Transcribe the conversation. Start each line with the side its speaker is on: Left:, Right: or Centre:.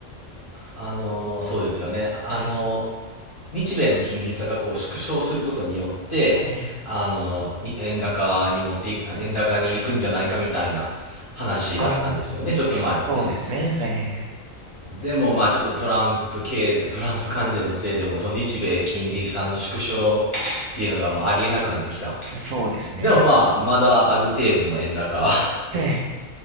Left: あの、そうですよね。あの、
Right: はい。
Left: 日米の金利差がこう縮小することによって、
Right: はいはいはい。
Left: あの、に円高に持っていく、円高に行くんじゃないかみたいな話だったんですよね、
Right: ああ、
Left: ちょっと前はね。
Right: そうですね。はいはいはい。
Left: でもまあちょっとトランプ系、トランプ関税のせいでもその日米金利差の縮小っていうのがまあありえなくなってきた。
Right: まあ、そうですね。
Left: でもまあまだある程度の円高って、
Right: はい。